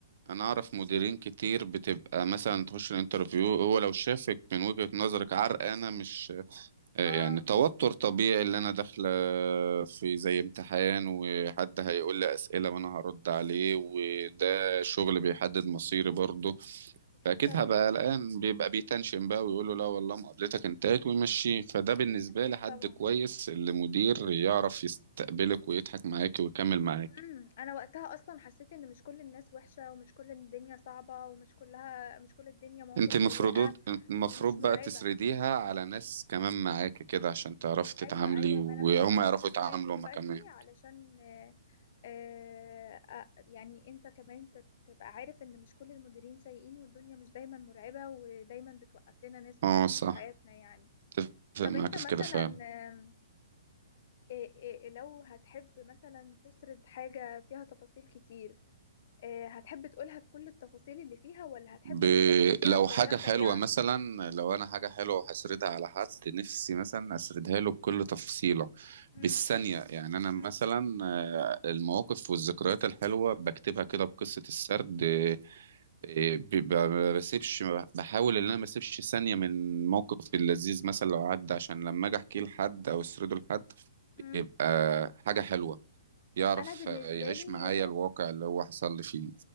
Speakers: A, on the right (about 60°); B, on the left (about 50°).
A: انا اعرف مديرين كتير بتبقى مثلا تخش الانترفيو هو لو شافك من وجهة نظرك عرقانه مش يعني
B: اه
A: توتر طبيعي اللي انا داخله في زي امتحان وحد هيقول لي اسئله وانا هرد عليه وده شغل بيحدد مصيري برضه
B: اكيد
A: فاكيد
B: طبعا
A: هبقى قلقان بيبقى بيتنشن بقى ويقول له لا والله مقابلتك انتهت ويمشيه فده بالنسبه
B: اكيد
A: لي حد
B: طبعا
A: كويس اللي مدير يعرف يستقبلك ويضحك معاك ويكمل معاك
B: امم انا وقتها اصلا حسيت ان مش كل الناس وحشة ومش كل الدنيا صعبة ومش كلها مش كل الدنيا مواقف
A: انت المفروض
B: سيئة
A: المفروض
B: ومش مرعبة
A: بقى تسرديها على ناس كمان معاك كده عشان تعرفي تتعاملي
B: ايوه ايوه
A: وهم
B: ما انا بشاركك
A: يعرفوا
B: الرأي
A: يتعاملوا
B: دلوقتي
A: هما كمان
B: علشان آه، آه، آه، يعني انت كمان ت- تبقى عارف ان مش كل المديرين سيئين والدنيا مش دايما مرعبة ودايما بتوقف لنا ناس كويسة
A: اه صح
B: في حياتنا يعني
A: اتفق
B: طب
A: معاك
B: انت مثلا
A: في كده فعلا
B: آم، إيه- إيه- لو هتحب مثلا تسرد حاجة فيها تفاصيل كتير آه، هتحب تقولها بكل التفاصيل اللي فيها ولا هتحب
A: ب...
B: ان انت تحكيها
A: لو
B: بطريقة
A: حاجة
B: سريعة
A: حلوة مثلا لو أنا حاجة حلوة هسردها على حد نفسي مثلا أسردها له بكل تفصيلة
B: امم
A: بالثانية يعني أنا مثلا
B: امم
A: آه، المواقف والذكريات الحلوة بكتبها كده بقصة السرد آه، آه، ب- ب- ما بسيبش بحاول إن أنا ما أسيبش ثانية من موقف اللذيذ مثلا لو عدى عشان لما أجي أحكيه لحد أو أسرده لحد
B: امم
A: يبقى حاجة حلوة يعرف
B: انا بالنسبة
A: آه، يعيش
B: لي
A: معايا الواقع اللي هو حصل لي فيه